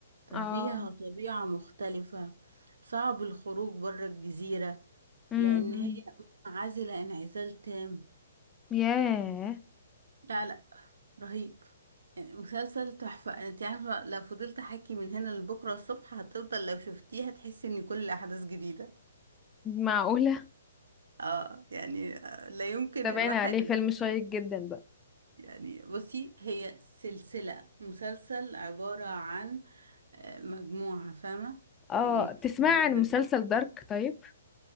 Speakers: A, on the right; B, on the left.
A: ففيها
B: اه
A: طبيعة مختلفة صعب الخروج بره الجزيرة
B: امم
A: لان هي منعزلة انعزال تام
B: ياه
A: لا لا رهيب يعني مسلسل تحفة انت عارفة لو فضلت احكي من هنا لبكرة الصبح هتفضل لو شفتيها تحسي ان كل الاحداث جديدة
B: معقولة
A: اه يعني آه، لا يمكن
B: ده
A: الواحد
B: باين عليه فيلم شيق جدا بقى
A: يعني بصي هي سلسلة مسلسل عبارة عن آه، مجموعة فاهمة
B: اه
A: يعني كتير
B: تسمع عن
A: جدا
B: مسلسل دارك طيب